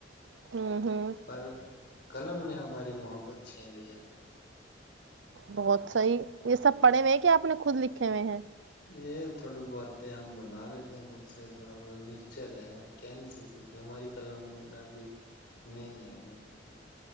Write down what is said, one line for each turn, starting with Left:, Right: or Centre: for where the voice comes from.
Right: ہوں ہوں
Left: پر قلم نے ہماری محبت چھین لی ہے ہمارے سے
Right: بہت صحیح یہ سب پڑھے ہوئے ہیں کیا آپ نے خود لکھے ہوئے ہیں
Left: یہ تھوڑی بہات ہم بنا لیتے ہیں خود سے تھوڑا بہ مکسچر ہے کہ نہیں سکتے کہ ہماری قلم ابھی نہیں ہے مطلب کہ